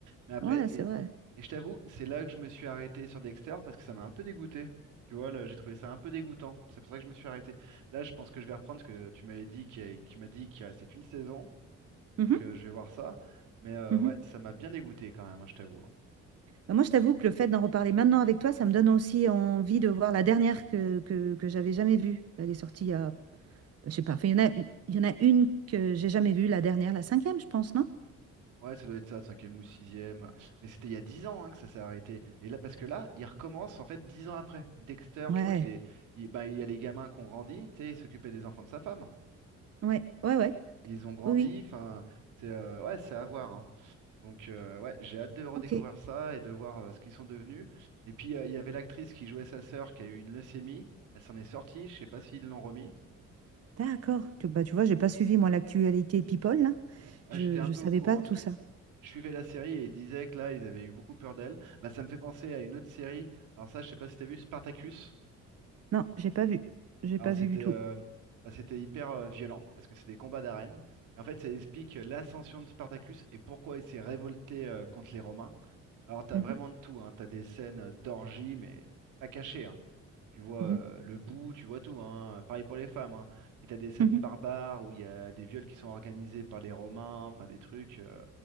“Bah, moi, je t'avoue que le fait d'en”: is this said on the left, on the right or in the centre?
Right